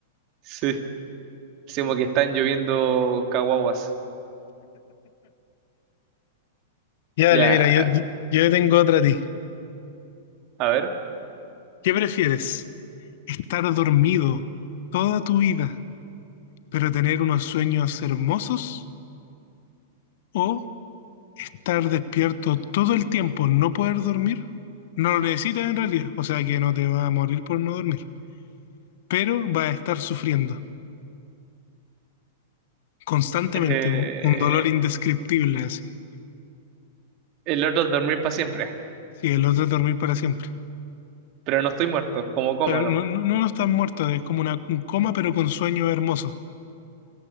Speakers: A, on the right; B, on the left.
A: Sí. Sí, como que están lloviendo caguaguas.
B: Ya,
A: Ya,
B: dale, mira, yo, yo tengo otra a ti.
A: a ver.
B: ¿Qué prefieres? ¿Estar dormido toda tu vida, pero tener unos sueños hermosos? ¿O estar despierto todo el tiempo, no poder dormir? No lo necesitas en realidad, o sea que no te va a morir por no dormir. pero va a estar sufriendo constantemente
A: Eh,
B: un, un dolor indescriptible así.
A: el otro es dormir para siempre,
B: Sí, el otro es dormir para siempre.
A: pero no estoy muerto, como coma
B: Pero no,
A: nomás.
B: no, no está muerto, es como una, un coma, pero con sueño hermoso.